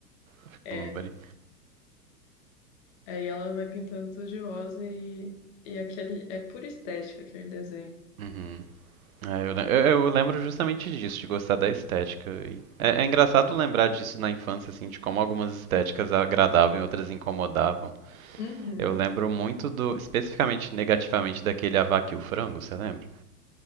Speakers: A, on the right (about 60°); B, on the left (about 40°).
A: Fica
B: É,
A: uma bari-
B: Aí ela vai pintando tudo de rosa e, e aquele é pura estética aquele desenho.
A: Uhum. É, eu, lem- eu- eu lembro justamente disso, de gostar da estética. E É, é engraçado lembrar disso na infância, assim, de como algumas estéticas agradavam e outras incomodavam.
B: Uhum.
A: Eu lembro muito do, especificamente negativamente, daquele A Vaca e o Frango, você lembra?